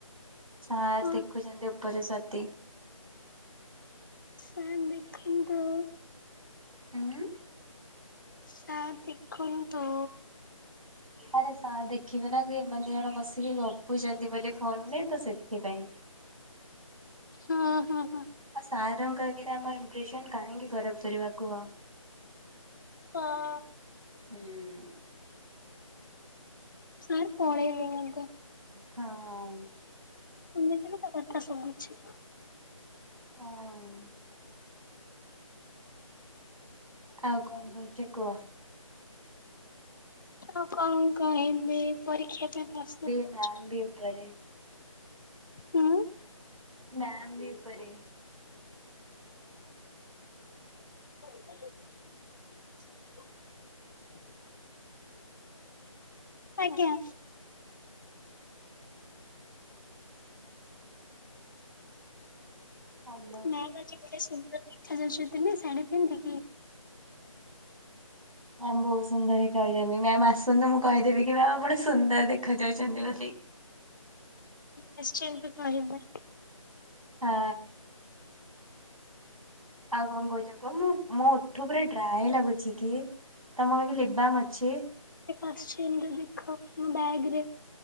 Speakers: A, on the right (about 75°); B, on the left (about 35°).
A: ସାର
B: ହଉ
A: ଦେଖୁଛନ୍ତି ଉପରେ ସତେ।
B: ସାର୍ ଦେଖନ୍ତୁ।
A: ହୁଁ।
B: ସାର୍ ଦେଖନ୍ତୁ।
A: ଆରେ ସାର୍ ଦେଖିବେ ନା ବି ଏମାନେ ଦି ଜଣ ବସିକି ଗପୁଛନ୍ତି ବୋଲି ଫୋନରେ ତ ସେଥିପାଇଁ। <inaudible>
B: ହଁ ହଁ।
A: ଆଉ ସାରଙ୍କ ଆଗରେ ଆମ ଇମ୍ପ୍ରେସନ କାହିଁକି ଖରାପ କରିବା କୁହ?
B: ହଁ।
A: ହୁଁ।
B: ସାର୍ ପଳେଇଲେଣି ବୋଧେ?
A: ହଁ।
B: ଶୁଣିିଥିଲି ତା କଥା ସବୁ କିଛି
A: ହଁ। ଆଉ କଣ କହୁଛ କୁହ?
B: ହଁ କଣ କହିବି ପରୀକ୍ଷା ପାଇଁ ପ୍ରସ୍ତୁତ ହଉଛ?
A: ମ୍ୟାମ ବି ପରେ
B: ହୁଁ।
A: ମ୍ୟାମ ବି ଉପରେ।
B: <unintelligible> ଆଜ୍ଞା।
A: ହାଲୋ ହଁ।
B: ନା ଆଜି ଗୋଟେ ସୁନ୍ଦର ଦେଖା ଯାଉଛନ୍ତି ଶାଢୀ ପିନ୍ଧିକି
A: ମ୍ୟାମ ବହୁତ ସୁନ୍ଦର ଦେଖାଉଛନ୍ତି ମ୍ୟାମ ଆସନ୍ତୁ ମୁଁ କହିଦେବି କି ମ୍ୟାମ ଆପଣ ସୁନ୍ଦର ଦେଖାଯାଉଛନ୍ତି ବୋଲି।
B: ନିଶ୍ଚୟ ତୁ। <unintelligible>
A: ହଁ। ଆଉ କଣ କହୁଛ କୁହ ମୁଁ ମୋ ଉଠ ପୁରା ଡ୍ରାଏ ଲାଗୁଛି କି ତମ ପାଇଁ ଲିବମ୍ ଅଛି।
B: ଆସିଛି ଏମ ଦେଖ ମୋ ବ୍ୟାଗରେ